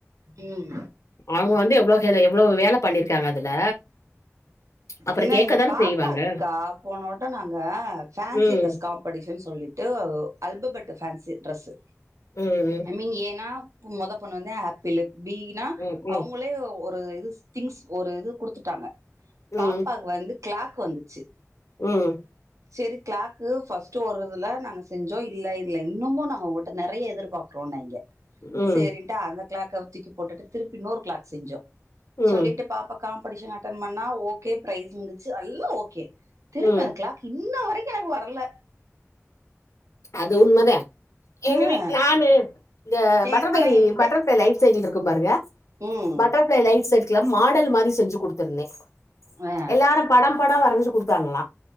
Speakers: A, on the right; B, on the left.
A: உம்
B: அவங்க வந்து எவ்ளோ ஏல எவ்ளோ வேல பண்ணிருக்காங்க அதுல அப்புறோ
A: என்ன
B: கேக்கதான
A: எங்க பாப்பாக்குக்கா
B: செய்வாங்க
A: போனோட்ட நாங்க ஃபேன்சி
B: ம்
A: ட்ரெஸ் கா காம்படிஷன் சொல்லிட்டு அல்பபெட் பேன்சி ட்ரெஸ்சு
B: ம்
A: ஐ மீன் ஏன்னா மொத பொண்ணு வந்து ஆப்பிளு பீனா
B: ம் ம்
A: அவங்களே ஒ ரு திங்ஸ் ஒரு இது குடுத்துட்டாங்க பாப்பா
B: ம் ம்
A: வந்து கிளாக் வந்துச்சு
B: ம்
A: செரி கிளாக்கு ஃபர்ஸ்ட்டு ஒரு இதுல நாங்க செஞ்சோ இல்ல இல்ல இன்னமு நாங்க உங்கள்ட்ட நெறைய எதிர்பாக்குறோம் நாங்க
B: ம்
A: சேரின்ட்டு அந்த கிளாக்க தூக்கி போட்டுட்டு திருப்பி இன்னோரு கிளாக் செஞ்சோ
B: ம்
A: சொல்லிட்டு பாப்பா காம்பெடிஷன் அட்டென் பண்ணா ஓகே பிரைஸ் வந்துச்சு எல்லா ஓகே திருப்பி
B: ம்
A: அந்த கிளாக் இன்ன வரைக்கு எனக்கு வரல
B: அது உண்மதே எங்க
A: ம்
B: வீட் நானு இந்த
A: எ
B: பட்ரஃப்ளை
A: ஆனா எங்ககிட்ட
B: பட்ரஃப்ளை லைட் சைட்ல இருக்கு பாருங்க
A: ம்
B: பட்டர்ஃப்ளை லைட் <unintelligible> மாடல் மாரி செஞ்சு குடுத்துருந்தே
A: ஆ
B: எல்லாரு படொ படொ வரஞ்சு குடுத்தாங்களா